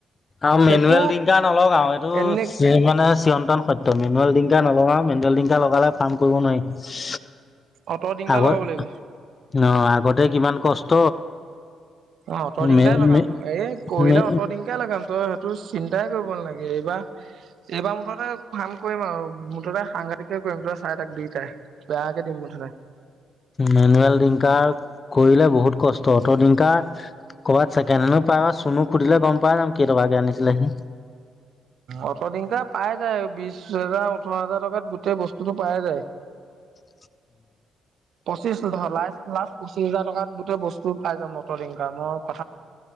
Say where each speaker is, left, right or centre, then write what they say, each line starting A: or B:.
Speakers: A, on the left (about 40°); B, on the right (about 60°).
A: আৰু মেনুৱেল
B: সেইটো
A: ডং নলগ আৰু এইটো
B: এনে
A: মানে চিয়ন্তন সত্ মেনুৱেল নলাও মেন্দেলিঙকা লগালে ফাৰ্ম কৰিব নোৱাৰি
B: অট ডিংকাৰ
A: আগত
B: লগাব লাগিব
A: আহ আগতে কিমান কষ্ট
B: অ সতৰ দিনকাই
A: মে
B: লগাম
A: মে
B: এই কৰিলে
A: মে
B: সতৰ দিনকাই লগাম তই স তোৰ চিন্তাই কৰিব নালাগে এইবাৰ এইবাৰ মুঠতে কাম কৰিম আৰু মুঠতে সাংঘাতিকে কৰিম চাৰে তাক দুইটাই বেয়াকে দিম মুঠতে
A: মোনুৱেল ডংকাৰ কৰিলে বহুত কষ্ট অতদিনকা। ক'ৰবাত চেকেঁন হেন পায়া চুনো সুধিলে গম পাই যাম কেইটকা কে আনিছিলেহি।
B: অটদংকা পাই যায় বিশ হোজাৰ ওঠৰ হোজাৰ টকাত গোটেই বস্তুতটো পাই যায়।
A: <unintelligible>
B: পঁচিছ দহ লাইখ। <unintelligible> লাষ্ট পঁচিশ হাজাৰ টাত গোটেই বস্তু পাই যাম মটৰ ইনকামৰ।